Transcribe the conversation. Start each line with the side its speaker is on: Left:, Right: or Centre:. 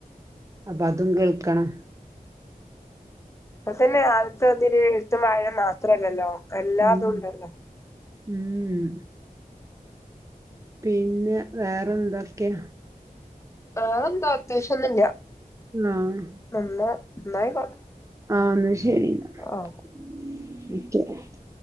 Right: അപ്പൊ അതും കേൾക്കണം
Left: ഇപ്പത്തന്നെ ആദ്യത്തെ ഇതില് എഴുത്തും വായനയും മാത്രല്ലല്ലോ എല്ലാതും
Right: ഉം
Left: ഉണ്ടല്ലോ
Right: ഉം പിന്നെ വേറെന്തൊക്കെയ
Left: വേറെന്താ പ്രേത്യേകിച്ചു ഒന്നുല്ല
Right: ആ
Left: നെന്ന എന്നായിക്കോ
Right: ആഹ് എന്നാ ശരി എന്ന
Left: ആഹ്
Right: <unintelligible>